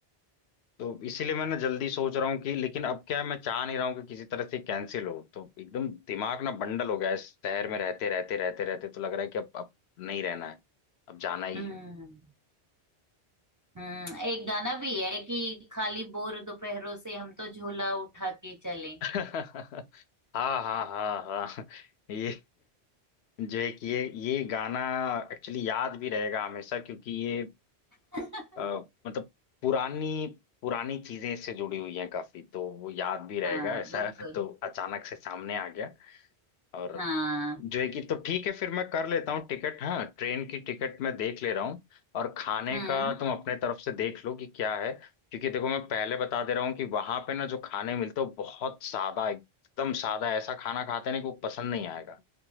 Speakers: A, on the left; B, on the right.
A: तो इसीलिए मैंने जल्दी सोच रहा हूँ कि लेकिन अब क्या है मैं चाह नहीं रहा हूँ कि किसी तरह से कैंसिल हो तो एकदम दिमाग ना बंडल हो गया है इस शहर में रहते रहते रहते रहते तो लग रहा है कि अब अब नहीं रहना है अब जाना ही
B: हम्म
A: है
B: हम्म एक गाना भी है कि खाली बोर दोपहरों से हम तो झोला उठा के चलें
A: <laughs> हाँ हाँ हाँ हाँ <laughs> ये जो एक ये ये गाना एक्चुअली याद भी रहेगा हमेशा क्योंकि ये
B: <laughs>
A: अ, मतलब पुरानी पुरानी चीजें इससे जुड़ी हुई हैं काफी तो वो याद भी रहेगा
B: हाँ
A: ऐसा
B: बिल्कुल
A: <laughs> तो अचानक से सामने आ गया और
B: हाँ
A: जो है कि तो ठीक है फिर मैं कर लेता हूँ टिकट हाँ ट्रेन की टिकट मैं देख ले रहा हूँ और खाने
B: हम्म
A: का तुम अपने तरफ से देख लो कि क्या है क्योंकि देखो मैं पहले बता दे रहा हूँ कि वहां पे ना जो खाने मिलते हो बहुत सादा एकदम सादा ऐसा खाना खाते हैं ना कि वो पसंद नहीं आएगा